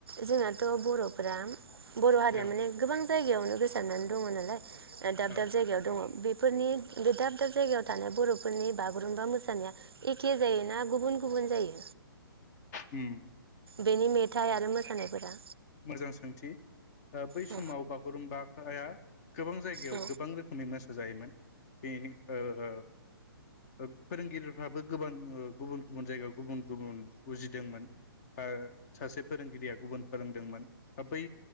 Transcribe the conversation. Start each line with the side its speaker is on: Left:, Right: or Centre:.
Right: जोंनाथ बर' फोरा बर' हारिया
Left: औ
Right: माने गोबां जायगायावनो गोसारनानै दङ नालाय दाब
Left: औ
Right: दाब जायगायाव दङ बे फोरनि बे दाब दाब जायगायाव थानाय बरफोरनि बागुरुम्बा मोसानाया एखे जायो ना गुबुन गुबुन जायो?
Left: होम
Right: बेनि मेथाइ आरो मोसानायफोरा?
Left: मोजां सोंथि। ओ बै
Right: औ
Left: समाव बागुरुम्बाया गोबां जायगायाव
Right: औ
Left: गोबां रोखोमै मोसा जायोमोन। बेनोख ओ ओ ओब फोरोंगिरि फ्राबो गोबां गुबुन गुबुन जायगायाव गुबुन गुबुन उजिदोंमोन। आर सासे फोरोंगिरिया गुबुन फोरोंदोंमोन। ओब बै